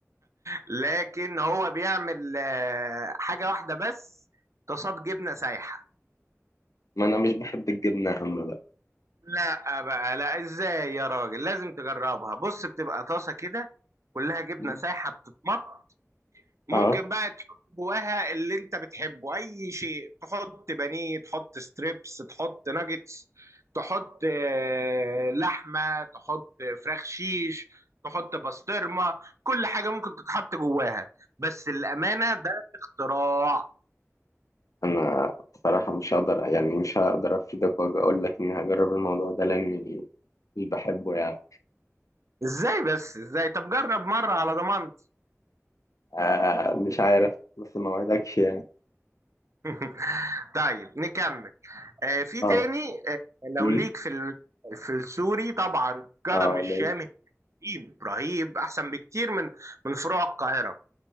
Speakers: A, on the right; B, on the left.
A: لكن هو بيعمل آه، حاجه واحده بس طاسات جبنه سايحه
B: ما انا مش بحب الجبنة هم بقى
A: لا بقى لا ازاي يا راجل لازم تجربها بص بتبقى طاسه كده كلها جبنه
B: مم.
A: سايحه بتتمط ممكن
B: اه
A: بقى تحط جواها اللي انت بتحبه اي شيء تحط بانيه تحط ستريبس تحط ناجتس تحط آه، لحمه تحط فراخ شيش تحط بسطرمه كل حاجه ممكن تتحط جواها بس الامانه ده اختراع
B: انا بصراحه مش هقدر يعني مش هقدر افيدك واقول لك اني هجرب الموضوع ده لاني مش بحبه يعني
A: ازاي بس ازاي طب جرب مره على ضمانتي
B: آه مش عارف بس ما وعدكش يعني
A: <laughs> طيب نكمل آه، في
B: اه
A: تاني آه،
B: مم.
A: لو ليك في ال- في السوري طبعا كرم
B: اه
A: الشام
B: لو
A: رهيب رهيب احسن بكتير من من فروع القاهره